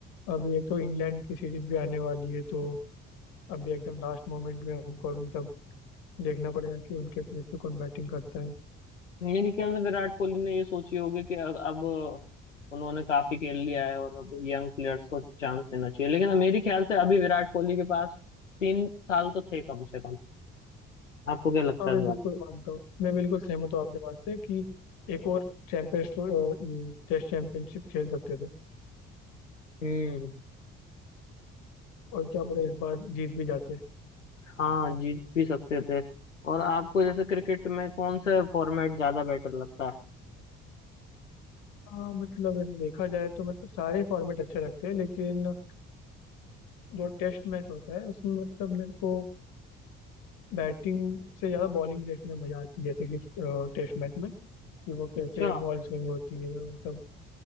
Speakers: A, on the left (about 60°); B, on the left (about 85°).
A: अभी एक तो इंग्लैंड की सीरीज भी आने वाली है तो अभी एकदम लास्ट मोमेंट में हमको अभी सब देखना पड़ेगा कि उनके प्लेस पे कौन बैटिंग करता है
B: मेरे ख्याल से विराट कोहली ने ये सोची होगी कि अब अब उन्होंने काफी खेल लिया है और अब यंग प्लेयर्स को चांस देना चाहिए लेकिन मेरे ख्याल से अभी विराट कोहली के पास तीन साल तो थे कम से कम आपको क्या लगता
A: हाँ
B: है
A: मैं
B: इस बात
A: बिल्कुल मानता हूँ मैं बिल्कुल सहमत हूँ आपकी बात से कि एक और चैंपियन ये टेस्ट चैंपियनशिप खेल सकते थे
B: हम्म
A: और क्या पता इस बार जीत भी जाते
B: हाँ जीत भी सकते थे और आपको जैसे क्रिकेट में कौन सा फॉर्मेट ज्यादा बेटर लगता है
A: हाँ मतलब ऐसे देखा जाए तो मतलब सारे फॉर्मेट अच्छे लगते हैं लेकिन जो टेस्ट मैच होता है उसमें मतलब मेरे को बैटिंग से ज़्यादा बॉलिंग देखने में मजा आती है जैसे कि टेस्ट मैच में कि वो कैसे
B: अच्छा
A: बॉल स्विंग होती है वो सब